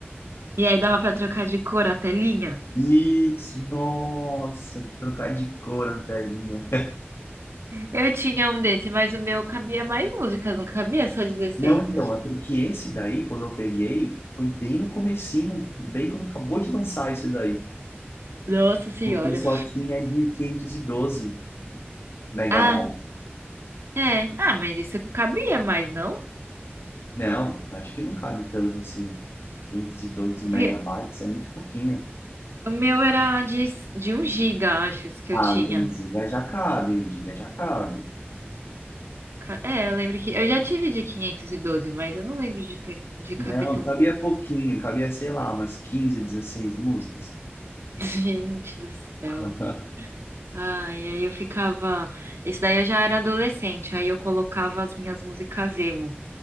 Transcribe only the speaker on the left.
Isso, nossa, trocar de cor a telinha.
Não, então,
é porque esse daí, quando eu peguei, foi bem no comecinho, bem quando acabou de lançar esse daí.
Porque só tinha de quinhentos e doze megabytes.
Não, acho que não cabe tanto assim. 512
megabytes é muito pouquinho.
Ah,
um giga já cabe, um giga já cabe.
Não,
cabia
pouquinho, cabia, sei lá, umas 15, 16 músicas.
<laughs>